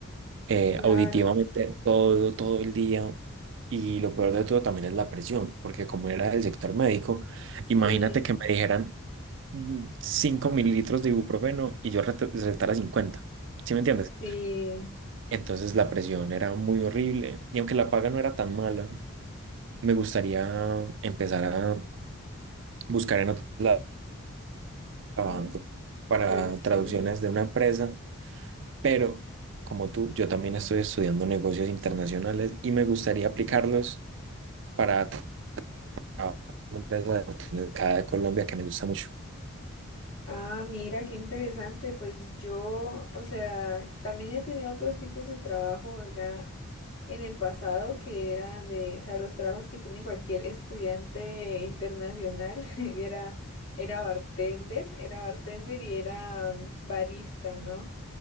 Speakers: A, on the right; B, on the left.
A: eh,
B: claro,
A: auditivamente todo, todo el día. Y lo peor de todo también es la presión, porque como era del sector médico,
B: sí,
A: imagínate que me dijeran mm, 5 mililitros de ibuprofeno y yo rete- recetara cincuenta ¿Sí me entiendes?
B: sí,
A: Entonces la presión era muy horrible y aunque la paga no era tan mala, me gustaría empezar a buscar en otros lados trabajando
B: Mm,
A: para
B: pues
A: traducciones
B: sí.
A: de una empresa, pero como tú, yo también estoy estudiando negocios internacionales y me gustaría aplicarlos para trabajar con una empresa de acá de Colombia que me gusta mucho.
B: Ah, mira, qué interesante. Pues yo, o sea, también he tenido otros tipos de trabajo ya en el pasado que eran de, o sea, los trabajos que tiene cualquier estudiante internacional. <laughs> Era, era bartender, era bartender y era mm, barista, ¿no?